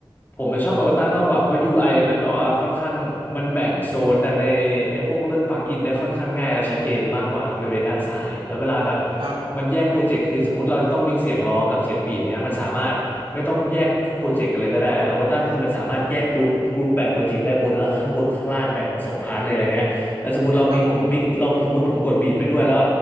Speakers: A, on the left; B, on the right.
A: ผมไปชอบเอเวอร์ตันมากกว่าเพราะ UI มันแบบว่าค่อนข้างมันแบ่งโซนด้านในไอ้พวกเรื่องปลั๊กอินได้ค่อนข้างง่ายและชัดเจนมากกว่าครับบริเวณด้านซ้ายแล้วเวลาแบบ
B: ครับ
A: มันแยกโปรเจกต์คือสมมติเราจะต้องมิกซ์เสียงร้องกับเสียงบีทเนี้ยมันสามารถไม่ต้องแยกโปรเจกต์กันเลยก็ได้เอเวอร์ตันคือมันสามารถแยกกลุ่มกลุ่มแบ่งโปรเจกต์ได้บนละข้างบนข้างล่างแบ่งเป็นสองพาร์ทเลยอะไรเงี้ยแล้วสมมติเรามิกมิกเราสมมติผมกดบีทไปด้วยแล้ว
B: ครับผม